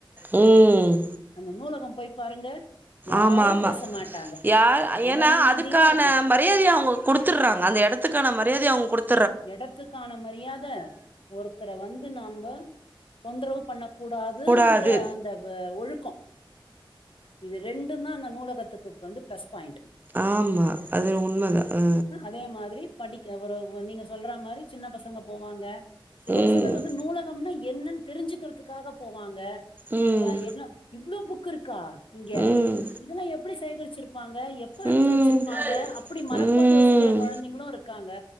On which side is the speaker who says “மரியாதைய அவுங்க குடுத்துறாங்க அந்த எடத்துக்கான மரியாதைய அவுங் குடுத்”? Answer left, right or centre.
Right